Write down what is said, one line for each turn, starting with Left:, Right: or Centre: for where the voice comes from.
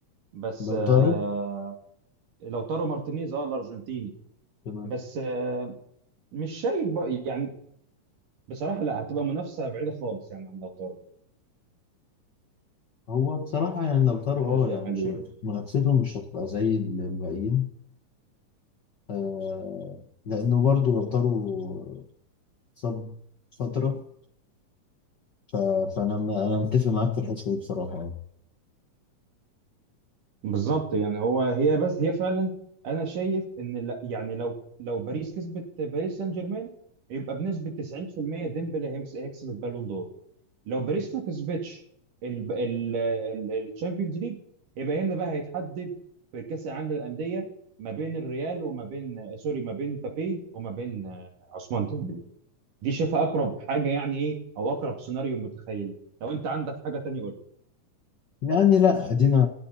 Right: بس
Left: لو
Right: آه،
Left: طاروا
Right: لو تارو مارتينيز اه الارجنتيني
Left: تمام
Right: بس آه، مش شايف بقى يعني بصراحه لا هتبقى منافسه بعيده خالص يعني عن لو تارو
Left: هو بصراحة
Right: مش
Left: يعني
Right: عارف،
Left: لو
Right: هتبقى
Left: طاروا
Right: بعيده
Left: اه
Right: شويه
Left: يعني
Right: حلوين
Left: مش منافستهم مش هتبقى زي الباقيين آه لأنه برضو لو طاروا صاب فترة ف... فأنا م- أنا متفق معاك في الحتة دي بصراحة يعني
Right: بالظبط يعني هو هي بس هي فعلا انا شايف ان لا يعني لو لو باريس كسبت باريس سان جيرمان يبقى بنسبه 90% ديمبلي هيمس- هيكسب البالون دور لو باريس ما كسبتش الشامبيونز ليج يبقى هنا بقى هيتحدد في كاس العالم للانديه ما بين الريال وما بين سوري ما بين مبابي وما بين آه، عثمان ديمبلي دي شايفها اقرب حاجه يعني ايه او اقرب سيناريو متخيل لو انت عندك حاجه تانية قولها
Left: يعني لا أدينا